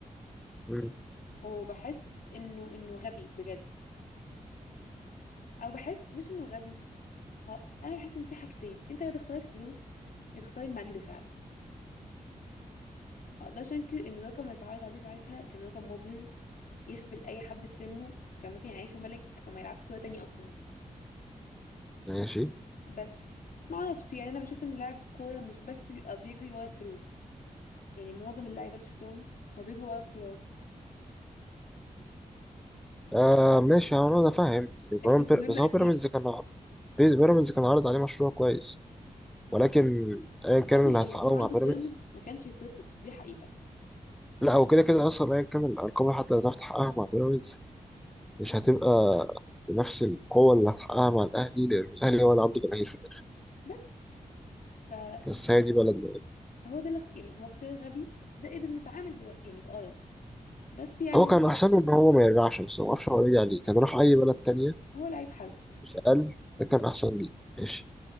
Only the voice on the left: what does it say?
وبحس انه انه غبي بجد او بحس مش انه غبي ها انا بحس ان في حاجتين انت يا تختار الفلوس يا تختار المجد فعلا ما اقدرش انكر ان الرقم اللي اتعرض عليه ساعتها كان رقم مبهر يخبل اي حد في سنه كان ممكن يعيشه ملك وما يلعبش كوره تاني اصلا
بس ما اعرفش يعني انا بشوف ان لاعب كوره مش بس بيبقى بيجري ورا الفلوس يعني معظم اللعيبه اللي شفتهم هو بيجري ورا بطولات
الفلوس
مهمه
اكيد
ال-
المبلغ
اللي كان عرضه
بيراميدز ما كانش يترفض دي حقيقة
بس فهو
ده الاخت... يعني هو اختيار غبي زائد انه اتعامل بو... يعني بقرف بس يعني
هو لعيب حريف